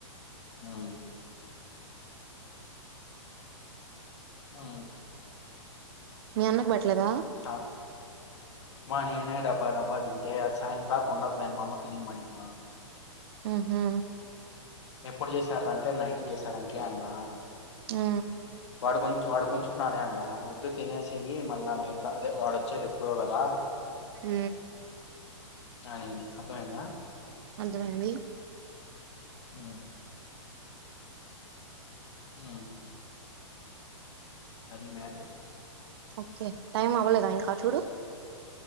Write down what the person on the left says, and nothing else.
ఆ ఆ
ఆ, మా నేనే డబ్బా డబ్బా తింటే అ సాయంత దాకా ఉండదు మా అమ్మ తిినయ మనింది మా
ఎప్పుడు చేసారు అంటే నైట్ చేసారట్లే అన్నా
వాడు కొంచ వాడు కొంచున్నాాలే అన్నా వద్దు తినేసియ్య మళ్ళా న అదే వాడు వచ్చేది ఎప్పుడో పోగదా
ఆ అండి అర్థం అయిందా
అ హ అది మటర్